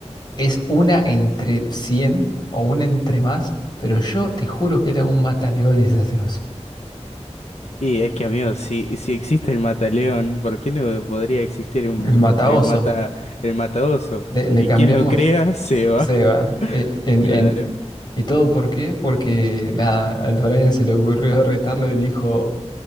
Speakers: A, on the left; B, on the left.
A: Es una entre 100 o una entre más, pero yo te juro que le hago un mataleones a ese oso.
B: Y es que, amigo, si, si existe el mataleón, ¿por qué no podría existir un,
A: El mataoso,
B: el mata, el mataoso?
A: Le, le
B: Y
A: cambiamos
B: quien lo crea se va.
A: Seba.
B: <laughs>
A: eh, en,
B: Claro.
A: en- ¿Y todo por qué? Porque nada, al Brian se le ocurrió retarlo y dijo,